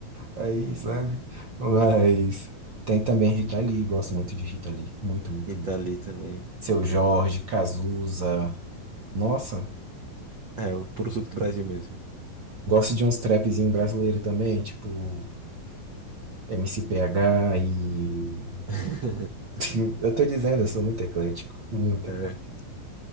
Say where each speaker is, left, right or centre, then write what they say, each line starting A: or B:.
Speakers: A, on the right; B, on the right.
A: Aí, sabe? Mas tem também Rita Lee, gosto muito de Rita Lee. Muito, muito,
B: E tá
A: muito.
B: ali também.
A: Seu Jorge, Cazuza. Nossa,
B: É, o puro suco do Brasil mesmo.
A: gosto de uns trapzinhos brasileiros também, tipo MCPH e.
B: <laughs>
A: <laughs> Eu tô dizendo, eu sou muito eclético. Muito
B: É,
A: eclético.